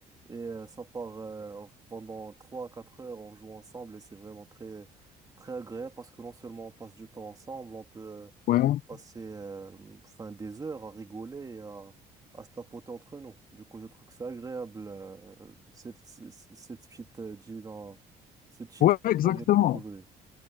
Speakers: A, on the right (about 20°); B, on the left (about 55°).
A: Et euh, ça part euh, pendant trois à quatre heures. On joue ensemble et c'est vraiment très, très agréable parce que non seulement on passe du temps ensemble, on peut euh,
B: ouais,
A: passer euh, enfin, des heures à rigoler et à, à se tapoter entre nous. Du coup, je trouve que c'est agréable, euh, cette, cette cette petite, euh, disons, ce cheat
B: ouais, exactement.
A: qu'on vient de découvrir.